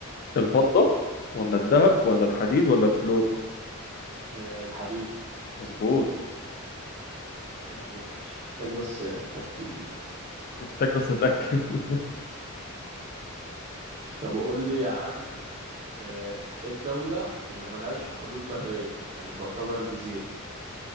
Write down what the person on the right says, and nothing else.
آه، الحديد
عيب عليك يا باشا محتاج بس آه، تفكير
طب قول لي يا عم آه، ايه الدوله اللي ملهاش حدود بريه يعني تعتبر جزيره